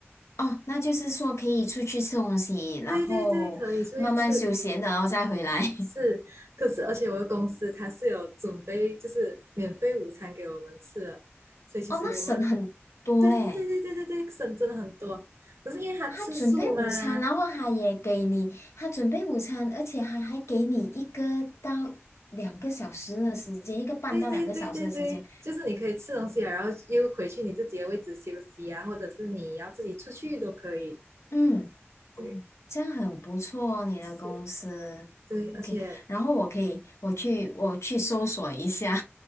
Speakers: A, on the left; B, on the right.
A: 哦，那就是说可以出去吃东西，
B: <laughs>
A: 然后慢慢休闲的然后再回来。
B: 对对对，可以出一次
A: <laughs>
B: 是，可是而且我的公司它是有准备就是免费午餐给我们吃的，所以其实我们
A: 哦，那省很多嘞。
B: 对对对对对对对，省真的很多。可是因为他吃素嘛，
A: 他准备午餐，然后他也给你，他准备午餐，而且他还给你一个到两个小时的时间，一个半到两个小时的时间。
B: 对对对对对，就是你可以吃东西啊，然后又回去你自己的位置休息啊，或者是你要自己出去都可以。
A: 嗯，
B: 对，
A: 哦，这样很不错哦，你的公司。
B: 是，对，
A: OK，
B: 而且
A: 然后我可以，我去，我去搜索一下。